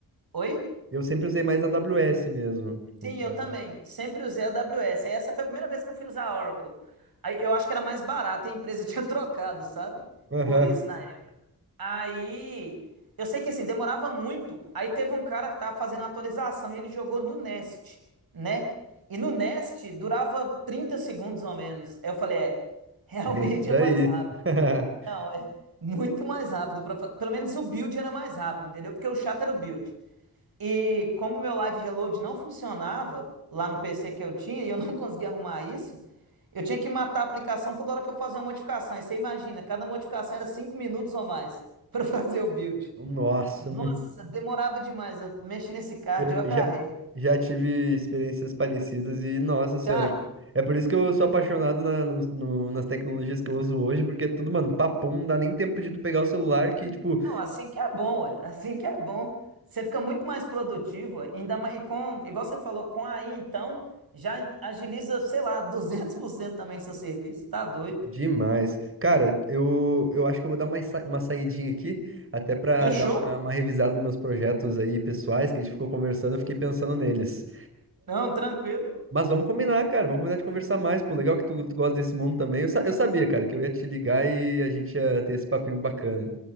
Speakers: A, on the right; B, on the right.
A: Oi?
B: eu sempre usei mais a AWS mesmo, tipo,
A: Sim,
B: pra...
A: eu também. Sempre usei a AWS. Aí essa foi a primeira vez que eu fui usar a Oracle. Aí eu acho que era mais barato e a empresa <laughs> tinha trocado, sabe?
B: Aham,
A: Por isso na época. Aí eu sei que assim, demorava muito. Aí teve um cara que tava fazendo a atualização e ele jogou no Nest, né? E no Nest durava 30 segundos ou menos. Aí eu falei, é, <laughs> realmente
B: é isso daí.
A: é mais rápido.
B: <laughs>
A: Não, é muito mais rápido. pra fa- Pelo menos o build era mais rápido, entendeu? Porque o chato era o build. E como meu Live Reload não funcionava lá no PC que eu tinha e eu não <laughs> conseguia arrumar isso, eu tinha que matar a aplicação toda hora que eu fazia uma modificação. Aí você imagina, cada modificação era 5 minutos ou mais <laughs> para fazer o build.
B: Nossa,
A: Nossa, demorava demais. Eu mexi nesse card,
B: Eu
A: eu agarrei.
B: já, já tive experiências parecidas e, nossa senhora,
A: Já,
B: é por isso que eu sou apaixonado na- no- no- nas tecnologias que eu uso hoje, porque é tudo, mano, papum, não dá nem tempo de tu pegar o celular, que, tipo,
A: não, assim que é bom, é. Assim que é bom. Você fica muito mais produtivo, ué. ainda mais, e com, igual você falou, com a AI, então, já agiliza, sei lá, 200% também seu serviço. Tá doido.
B: de- demais. Cara, eu, eu acho que eu vou dar uma, sa- uma saidinha aqui, até pra
A: Fechou?
B: dar uma, uma revisada nos meus projetos aí pessoais, que a gente ficou conversando, eu fiquei pensando neles.
A: Não, tranquilo.
B: Mas vamos combinar, cara, vamos combinar de conversar mais, pô, legal que tu, tu gosta desse mundo também. Eu, sa- eu sabia, cara, que eu ia te ligar e a gente ia ter esse papinho bacana.